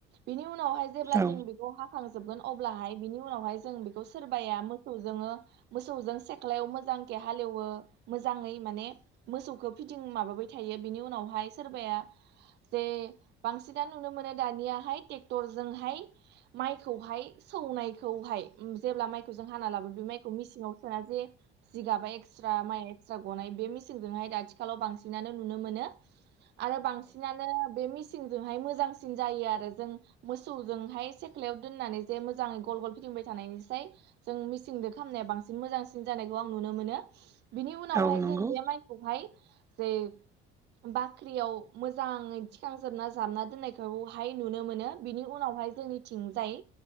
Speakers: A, on the right; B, on the right.
A: बिनि उनावहाय जेब्ला
B: औ
A: जों बेखौ हाखांजोबगोन अब्लाहाय बिनि उनावहाय जों बेखौ सोरबाया मोसौजोंङो मोसौजों सेख्लायाव मोजांखे हालेवो मोजाङै माने। मोसौखौ फिटिं माबाबाय थायो बिनि उनावहाय सोरबाया जे बांसिनानो नुनो मोनो दानियाहाय ट्रेक्टरजोंहाय माइखौहाय सौनायखौहाय जेब्ला माइखौ जों हाना लाबो बे माइखौ मिसिंआव। सासे जिगाबा एक्सट्रा माइ एक्सट्रा गनाय बे मेसिनजोंहाय आथिखालाव बांसिनानो नुनो मोनो। आरो बांसिनानो बे मिसिंजोंहाय मोजांसिन जायो आरो जों मोसौजोंहाय सेख्लायाव दोननानै जे मोजाङै गल गल फिदिंबाय थानायनिसाय जों मिसिंदो खालामनाया बांसिन मोजांसिन जानायखौ आं नुनो मोनो बिनि उनावहाय
B: औ नंगौ
A: जों बे माइ खौहाय जे बाख्रियाव मोजाङै थिखां जोबना जाबना दोननायखौहाय नुनो मोनो बिनि उनावहाय जोंनिथिंजाय